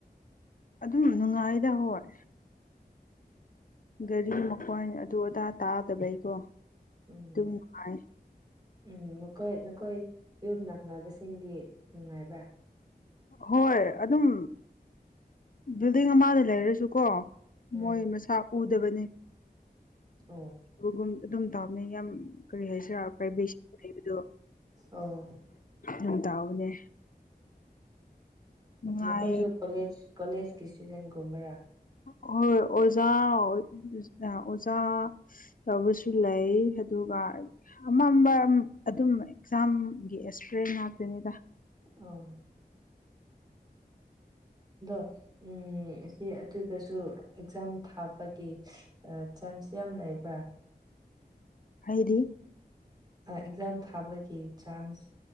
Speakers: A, on the left; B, on the right.
A: ꯑꯗꯨꯝ ꯅꯨꯡꯉꯥꯏꯗ ꯍꯣꯏ ꯒꯥꯔꯤ ꯃꯈꯣꯟ ꯑꯗꯨ ꯑꯗꯥ ꯇꯥꯗꯕꯩꯀꯣ
B: ꯎꯝ
A: ꯑꯗꯨ ꯅꯨꯡꯉꯥꯏ
B: ꯎꯝ ꯅꯣꯏ ꯅꯈꯣꯏ ꯌꯨꯝ ꯅꯛꯅꯕꯁꯤꯡꯗꯤ ꯅꯨꯡꯉꯥꯏꯕ꯭ꯔꯥ
A: ꯍꯣꯏ ꯑꯗꯨꯝ ꯕꯤꯜꯗꯤꯡ ꯑꯃꯗ ꯂꯩꯔꯁꯨꯀꯣ
B: ꯎꯝ
A: ꯃꯣꯏ ꯃꯁꯥ ꯎꯗꯕꯅꯤ
B: ꯑꯣ
A: ꯕꯒꯨꯝ ꯑꯗꯨꯝ ꯇꯧꯕꯅꯤ ꯌꯥꯝ ꯀꯔꯤ ꯍꯥꯏꯁꯤꯔꯥ ꯄꯥꯏꯕ‍‍ꯦꯁꯤ ꯂꯩꯕꯗꯣ
B: ꯑꯣ
A: ꯌꯥꯝ ꯇꯥꯎꯅꯦ ꯅꯨꯡꯉꯥꯏꯌꯦ
B: ꯃꯈꯣꯏꯁꯨ ꯀꯣꯂꯦꯖ ꯀꯣꯂꯦꯖꯀꯤ ꯏꯁꯇꯨꯗꯦꯟꯒꯨꯝꯕꯔꯥ
A: ꯍ‍ꯣꯏ ꯑꯣꯖꯥ <unintelligible> ꯑꯣꯖꯥ ꯇꯧꯕꯁꯨ ꯂꯩ ꯑꯗꯨꯒ ꯑꯃꯝꯕ ꯑꯗꯨꯝ ꯑꯦꯛꯖꯥꯝꯒꯤ ꯑꯦꯛꯁꯄꯔꯤꯟ ꯉꯥꯛꯇꯅꯤꯗ
B: ꯑ <unintelligible> ꯑꯗꯣ ꯎꯝ ꯁꯤ ꯑꯗꯨꯗꯁꯨ ꯑꯦꯛꯖꯥꯝ ꯊꯥꯕꯒꯤ ꯑ ꯆꯥꯟꯁ ꯌꯥꯝ ꯂꯩꯕ꯭ꯔꯥ
A: ꯍꯥꯏꯗꯤ
B: ꯑꯦꯛꯖꯥꯝ ꯊꯥꯕꯒꯤ ꯆꯥꯟꯁ